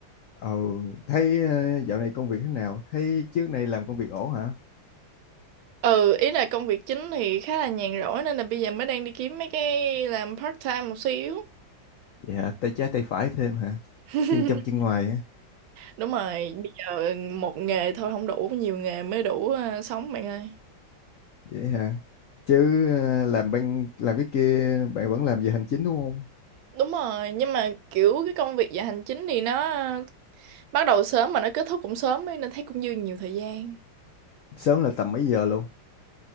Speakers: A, on the left; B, on the right.
A: ừ thấy ờ, dạo này công việc thế nào? Thấy trước này làm công việc ổn hả?
B: Ừ, ý là công việc chính thì khá là nhàn rỗi nên là bây giờ mới đang đi kiếm mấy cái làm part time một xíu.
A: Vậy hả? Tay trái tay phải thêm hả?
B: <laughs>
A: Chân trong chân ngoài hả?
B: Đúng rồi, bây giờ một nghề thôi không đủ, nhiều nghề mới đủ à, sống bạn ơi.
A: Vậy hả? Chứ ờ, làm bên làm cái kia bạn vẫn làm về hành chính đúng không?
B: Đúng rồi, nhưng mà kiểu cái công việc dạ hành chính thì nó à, bắt đầu sớm mà nó kết thúc cũng sớm ấy, nên thấy cũng dư nhiều thời gian.
A: Sớm là tầm mấy giờ luôn?